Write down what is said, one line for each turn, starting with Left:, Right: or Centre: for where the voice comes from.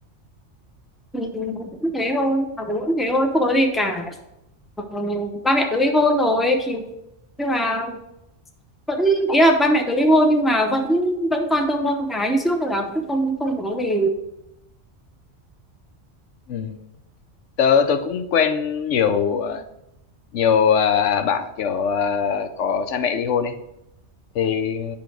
Centre: thì cũng thế thôi mà bố cũng thế thôi không có gì cả ờ, ba mẹ tớ ly hôn rồi thì nhưng mà vẫn ý là ba mẹ tớ ly hôn nhưng mà vẫn vẫn quan tâm con cái như trước là cũng không không có gì
Left: Ừ. Tớ tớ cũng quen nhiều ờ, nhiều ờ, bạn kiểu ờ, có cha mẹ ly hôn ấy. Thì